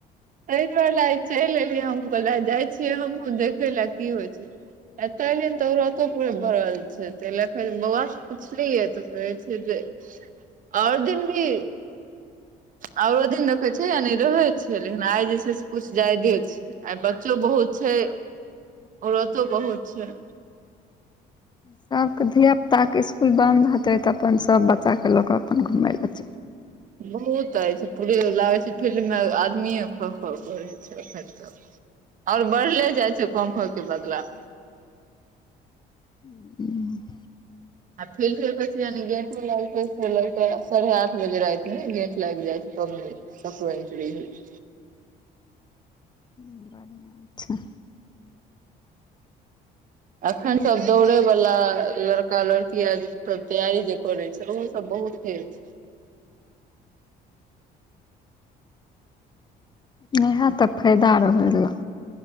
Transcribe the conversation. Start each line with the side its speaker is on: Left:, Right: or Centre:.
Right: एहिस ल चलि एलिय हम कह जाइ छियै हमहुू देखे ले की होइ छै। एतऽ एलियैनि तऽ औरतो पूे भरल छै त ल बौआ पुछलियै तऽ। छै आओर दिन भी। औरो दिन देखे छै यानि रहै छै लेकिन आइ जे छै से कुछ जादे छै। आई बच्चो बहुत छै औरतो बहुत छै।
Left: सबके धियापुताके स्कुल बन्द हेतै तऽ अपन सब बच्चाके लऽ कऽ अपन घुमय लए।
Right: बहुतइ छै पूे लागैत छै फील्डमे आदमीे ख ख करैत छै एखन तक। आओर बढ़ले जाइ छै कम होई के बदला।
Left: बढ़िआँ
Right: आ फिल छै यान गेंटो लागे ल साढ़े आठ बजे राति मे गेंट लागि जाइ छै तब ने। Software engineer.
Left: <inaudible> अच्छा।
Right: अखन सब दौड़े वला लड़का लड़की आ सभ तैयारी जे करै छै ओहोसभ बहुत। <unintelligible>
Left: नेहा तऽ फायदा रहय लऽ।